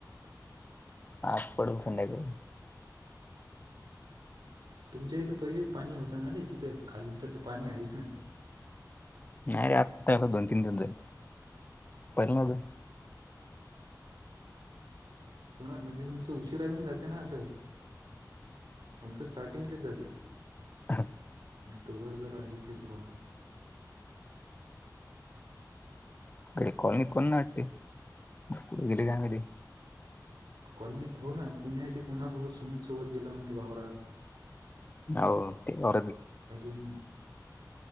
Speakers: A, on the left; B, on the right.
A: आज पडलं संध्याकाळी
B: तुमच्या इथं पहिलेच पाणी होत ना रे तिथं खालील तरलं पाणी आहेच ना
A: नाही रे आता दोन तीन दिवस झाले पाणी नाही
B: हो ना म्हणजे तुमचा उशिरा बीण जाते ना असं आमचं स्टार्टिंग ला जाते
A: हा
B: तोवर जर आहेच प्रॉब्लेम
A: घडे कॉलनीतकोण नाही वाटते कुठं गेले काय माहिती?
B: कॉलनीत हो ना पुण्या येथे सुमित सोबत गेले म्हणते वावरात
A: हो ते हो
B: अजून